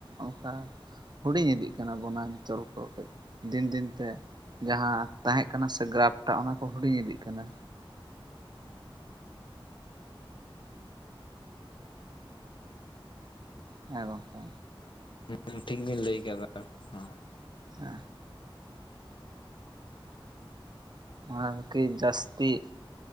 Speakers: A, on the right; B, on the left.
A: ᱚᱱᱠᱟ ᱦᱩᱰᱤᱧ ᱤᱫᱤᱜ ᱠᱟᱱᱟ ᱵᱚᱱᱟ ᱚᱧᱪᱚᱞ ᱠᱚ ᱠᱟᱹᱡ ᱫᱤᱱ ᱫᱤᱱᱛᱮ ᱡᱟᱦᱟᱸ ᱛᱟᱦᱮᱸᱜ ᱠᱟᱱᱟ ᱥᱮ ᱜᱨᱟᱯᱴᱟᱜ ᱚᱱᱟ ᱠᱚ ᱦᱩᱰᱤᱧ ᱤᱫᱤᱜ ᱠᱟᱱᱟ᱾ ᱦᱮᱸ ᱜᱚᱝᱠᱮ
B: ᱦᱮᱸ ᱴᱷᱤᱠ ᱵᱤᱱ ᱞᱟᱹᱭ ᱠᱟᱫᱟ ᱱᱚᱣᱟ
A: ᱦᱮ ᱟᱨᱠᱤ ᱡᱟᱹᱥᱛᱤ